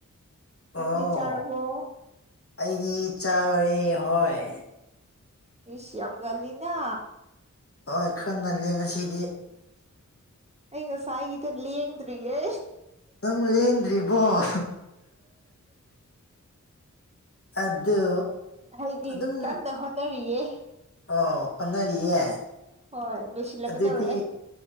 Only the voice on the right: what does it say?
ꯇꯪꯗꯤ
ꯆꯥꯔꯕꯣ
ꯏꯁꯤꯌꯥꯝꯒꯜꯂꯤꯅ
ꯑꯩꯒ ꯁꯥꯏꯗ ꯂꯤ ꯌꯦꯡꯗ꯭ꯔꯤꯦ
ꯍꯥꯏꯗꯤ
ꯀꯟꯅ ꯍꯣꯠꯅꯔꯤꯌꯦ
ꯍꯣꯏ ꯂꯣꯏꯁꯤꯜꯂꯛꯀꯗꯧꯔꯦ